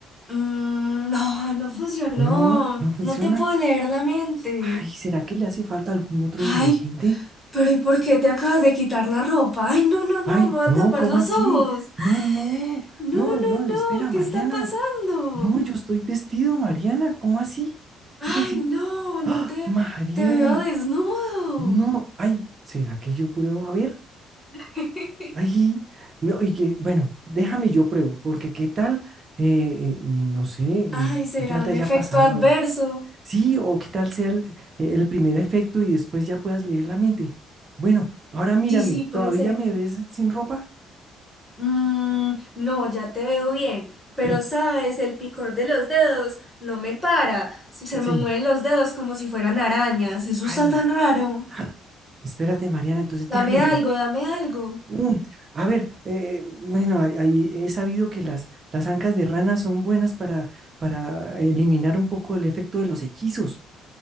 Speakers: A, in the centre; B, on the right (about 30°).
A: Mm, no, no funcionó.
B: No, no funciona.
A: No te puedo leer la mente.
B: Ay, ¿será que le hace falta algún otro
A: Ay,
B: ingrediente?
A: pero ¿y por qué te acabas de quitar la ropa? Ay, no, no, no,
B: Ay,
A: me voy
B: no,
A: a tapar
B: ¿cómo
A: los
B: así?
A: ojos.
B: No, no,
A: No,
B: no,
A: no,
B: no,
A: no,
B: espera,
A: ¿qué
B: Mariana.
A: está pasando?
B: No, yo estoy vestido, Mariana. ¿Cómo así?
A: Ay,
B: ¿Cómo así?
A: no, no
B: ¡Ah!
A: te,
B: Mariana.
A: te veo desnudo.
B: No, ay, ¿será que yo pruebo? A ver,
A: <laughs>
B: ay, no, y que, bueno, déjame yo pruebo, porque qué tal, eh, eh, no sé, eh,
A: Ay, será
B: qué tal te
A: un
B: haya
A: efecto
B: pasado
A: adverso.
B: algo. Sí, o qué tal sea el, eh, el primer efecto y después ya puedas leer la mente. Bueno, ahora mírame,
A: Sí, sí, puede
B: ¿todavía
A: ser.
B: me ves sin ropa?
A: Mm, no, ya te veo bien,
B: <clears throat>
A: pero sabes, el picor de los dedos no me para. Se se
B: Sí,
A: me mueven los dedos como si fueran arañas. Eso está
B: ay,
A: tan raro.
B: ah, espérate, Mariana, entonces déjame
A: Dame algo,
B: yo.
A: dame algo.
B: Mm, a ver, eh, bueno, ahí- ahí he sabido que las, las ancas de rana son buenas para, para eliminar un poco el efecto de los hechizos.